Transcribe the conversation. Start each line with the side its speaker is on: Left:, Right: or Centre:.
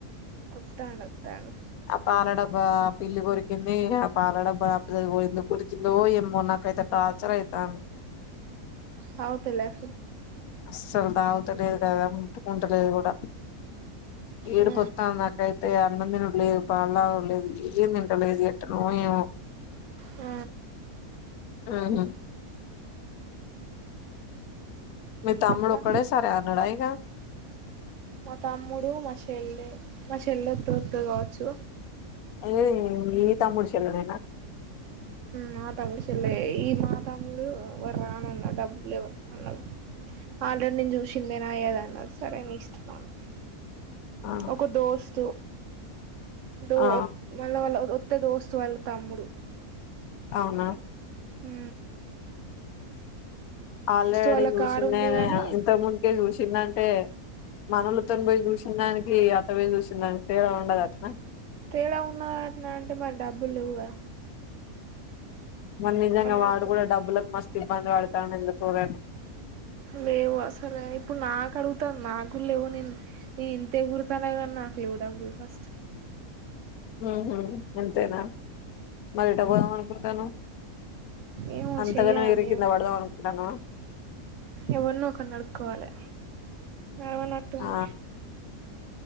Right: ఒత్తండు ఒత్తండు
Left: ఆ పాలడబ్బా పిల్లి కొరికింది ఆ పాలడబ్బా ఎందుకు కొరికిందో ఏమన్నా నాకైతే టార్చర్ అయితాంది
Right: తగతాలే అసలే
Left: అస్సలు తాగుతలేదు కదా ముట్టుకుంటలేదు కూడా ఏడుపోత్తాంది
Right: ఆ
Left: నాకైతే ఈగ అన్నం తినుడు లేదు పాలు తాగుడు లేదు ఏం తింటా లేదు ఎట్ట నోయో
Right: ఆ
Left: ఊహూ మీ తమ్ముడు
Right: ఇంకా
Left: ఒక్కడే సరే అన్నాడా ఇగ
Right: మా తమ్ముడు మా శె చెల్లె మా చెల్లోత్తే వత్తది కావచ్చు
Left: ము ఈ తమ్ముూడి చేల్లనేనా
Right: మాతమ్ముడు చెల్లె ఈ మాతమ్ముడు వడ్ రానన్నాడు డబ్బులు లేవ్ అన్నాడు
Left: <inaudible>
Right: ఆల్రెడీ నేను చూసిందేనా ఏదన్నారు సరే నీ ఇష్టమను
Left: ఆ
Right: ఒక దోస్తు దో
Left: ఆ
Right: మళ్ళ వాళ్ళ ఒత్తే దోస్తు వాళ్ళ తమ్ముడు
Left: అవునా
Right: ఊ
Left: ఆల్రెడి
Right: వాళ్ళ
Left: చూసిందేనే
Right: కారు ఉంది గాని
Left: ఇంత ముందుకే చూసిందంటే మనోళ్లతోటి పోయి చూసిన దానికి అట్ట పోయి చూసిన దానికి తేడా ఉండదాట్న
Right: తేడా ఉన్నటన అంటే మరి డబ్బులు లెవ్ గా
Left: మరి నిజంగా వాడు
Right: అనుకున్నా
Left: కూడా డబ్బులకు మస్తు ఇబ్బంది పడతాండు ఎందుకో గాని
Right: లేవు అసలే ఇప్పుడు నాకు అడుగుతాను నాకు లేవు నేను నీ ఇంతేగుర్తానే కన్నా లెవ్ డబ్బుల్ ఫస్ట్
Left: <inaudible> ఉహు అంతేనా మరెట్టాపోదాం అనుకుంటానవ్
Right: ఏమో
Left: అంతగానే
Right: చెయ్యాలి
Left: ఎగిరి కింద పడదాం అనుకుంటన్నా
Right: ఎవర్నో ఒక్కల్ని అడుక్కోవాలి అవునట్టుంది
Left: ఆ